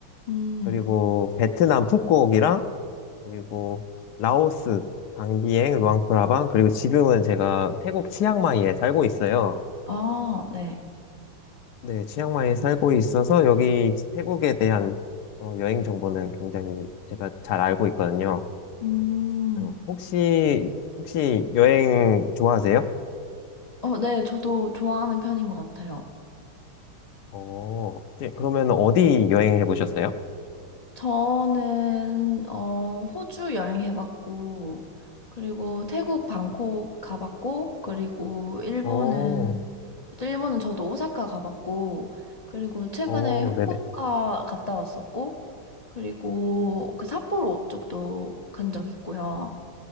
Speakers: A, on the left; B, on the left.
A: 음,
B: 그리고 베트남 푸꾸옥이랑 그리고 라오스 방비엥 루앙프라방 그리고 지금은 제가 태국 치앙마이에 살고 있어요.
A: 아, 네.
B: 네, 치앙마이에 살고 있어서 여기 태국에 대한 어, 여행 정보는 굉장히 제가 잘 알고 있거든요.
A: 음,
B: 어, 혹시 혹시 여행 좋아하세요?
A: 어, 네, 저도 좋아하는 편인 것 같아요.
B: 어, 이제 그러면 어디 여행해 보셨어요?
A: 저는, 어, 호주 여행해봤고, 그리고 태국 방콕 가봤고, 그리고 일본은,
B: 어,
A: 일본은 저도 오사카 가봤고, 그리고 최근에
B: 어,
A: 후쿠오카
B: 네네.
A: 갔다 왔었고, 그리고 그 삿포로 쪽도 간 적 있고요.